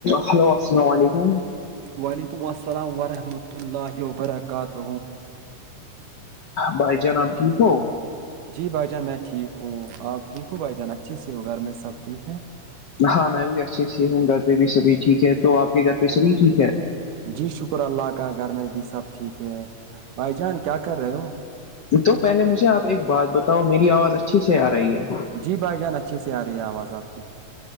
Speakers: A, on the left; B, on the right.
A: ہیلو السلام علیکم
B: وعلیکم السلام ورحمۃ اللہ وبرکاتہ
A: بھائی جانب ٹھیک ہو
B: جی بھائی جان میں ٹھیک ہوں آپ ٹھیک ہوں بھائی جان اچھے سے ہو گھر میں سب ٹھیک ہے
A: ہاں میں بھی اچھے سے ہوں گھر پہ بھی سبھی ٹھیک ہے تو آپ کے گھر پہ سبھی ٹھیک ہے
B: جی شکر اللہ کا گھر میں بھی سب ٹھیک ہے بھائی جان کیا کر رہے ہو
A: تو پہلے مجھے آپ ایک بات بتاؤ میری آواز اچھی سے آ رہی ہے
B: جی بھائی جان اچھی اس ی رہ آواز آپ کی